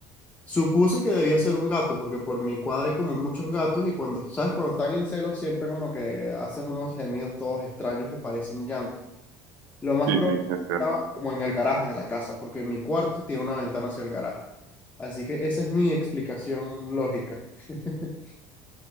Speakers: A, on the left; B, on the right.
A: Supuse que debía ser un gato, porque por mi cuadra hay como muchos gatos y cuando, ¿sabes? Cuando están en celos siempre como que hacen unos gemidos todos extraños que parecen llantos. Lo más
B: Sí,
A: probable
B: sí, es
A: es que
B: cierto.
A: estaba como en el garaje de la casa, porque mi cuarto tiene una ventana hacia el garaje. Así que esa es mi explicación lógica. <laughs>